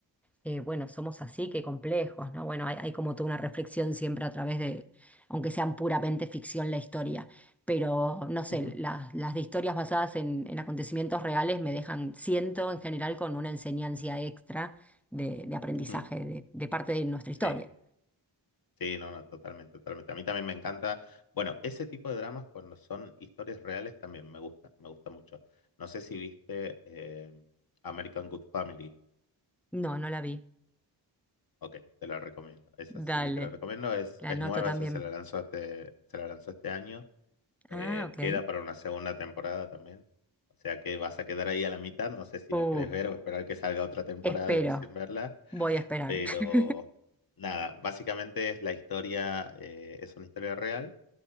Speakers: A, in the centre; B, on the left.
A: eh, bueno, somos así, qué complejos, ¿no? Bueno, hay, hay como toda una reflexión siempre a través de, aunque sean puramente ficción la historia, pero no sé,
B: ujú,
A: las, las de historias basadas en, en acontecimientos reales me dejan, siento en general, con una enseñanza extra de, de aprendizaje
B: ujú,
A: de, de parte de nuestra historia.
B: sí. Sí, no, no, totalmente, totalmente. A mí también me encanta. Bueno, ese tipo de dramas cuando son historias reales también me gusta, me gusta mucho. No sé si viste eh, American Good Family.
A: No, no la vi.
B: Ok, te la recomiendo. Esa
A: Dale,
B: sí, te la recomiendo. Es,
A: la
B: es
A: anoto
B: nueva,
A: también.
B: esa se la lanzó este, se la lanzó este año. Eh,
A: Ah, ok.
B: queda para una segunda temporada también. O sea que vas a quedar ahí a la mitad. No sé si
A: Uh,
B: la querés ver o esperar que salga otra temporada
A: espero,
B: y recién verla.
A: voy a esperar.
B: Pero
A: <laughs>
B: nada, básicamente es la historia, eh, es una historia real